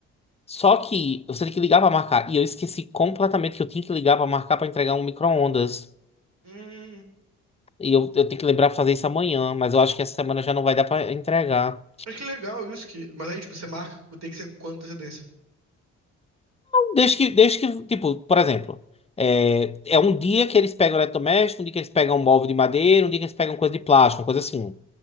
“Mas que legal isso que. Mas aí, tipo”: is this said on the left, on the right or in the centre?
Right